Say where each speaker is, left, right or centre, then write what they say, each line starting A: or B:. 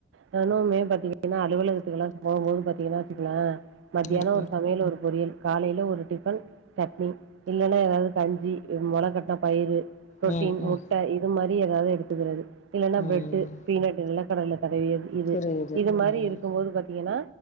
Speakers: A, on the right (about 85°); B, on the left (about 40°).
A: நானுமே பாத்திங்க ஏன்னா அலுவலகத்துக்கெல்லா போகும்போது பாத்தீங்கன்னா வெச்சுக்களே மத்தியானோ
B: ம்
A: ஒரு சமையலு ஒரு பொரியல் காலையில ஒரு டிஃபன் சட்னி இல்லன்னா ஏதாது கஞ்சி மொள கட்டின பயிரு புரோட்டீன்
B: ம் ம்
A: முட்ட
B: ம்
A: இது மாரி ஏதாது எடுத்துக்கறது இல்லன்னா பிரெட்டு
B: ம்
A: பீனட் நிலகடல தடவியது இது
B: புரியுது
A: இது மாரி
B: ம்
A: இருக்கும் போது பாத்தீங்கன்னா